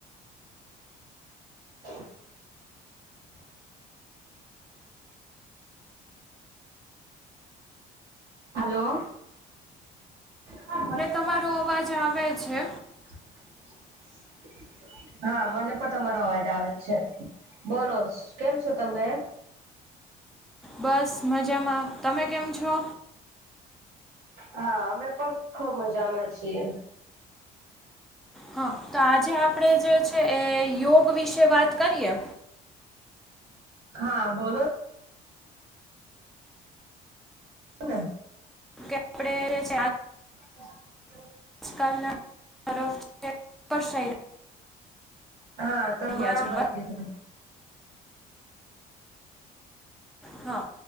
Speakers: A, on the right; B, in the centre.
A: <inaudible> હલો. હા મને
B: તમારો
A: તમારા
B: અવાજ
A: <unintelligible>
B: આવે છે
A: હા મને પણ તમારો અવાજ આવે છે. બોલોસ કેમ છો તમે?
B: બસ મજામાં તમે કેમ છો?
A: હા અમે પણ ખુબ મજામાં છીએ.
B: હા તો આજે આપણે જે છે એ યોગ વિશે વાત કરીએ.
A: હા બોલો. હ <unintelligible>
B: કે આપણે છે <unintelligible>
A: હ <inaudible>
B: આજકાલ ના તરફ <unintelligible>
A: હા તમે
B: રહ્યા
A: બરાબર
B: છે
A: કીધું.
B: હા.